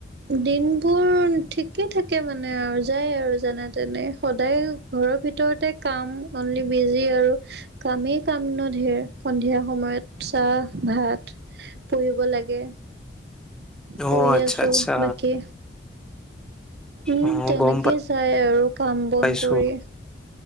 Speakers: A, on the right; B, in the centre.
A: দিনবোৰ ঠিকে থাকে। মানে আৰু যায় আৰু যেনে তেনে সদায় ঘৰৰ ভিতৰতে কাম অনলি বিজি। কামেই কাম ন ধেৰ সন্ধিয়া সময়ত চাহ ভাত। লাগে পঢ়ি
B: অ আচ্ছা
A: আছো
B: আচ্ছা
A: বাকী। উম
B: অ
A: তেনেকেই
B: গম
A: যায় আৰু কাম
B: পাইছো
A: বন কৰি।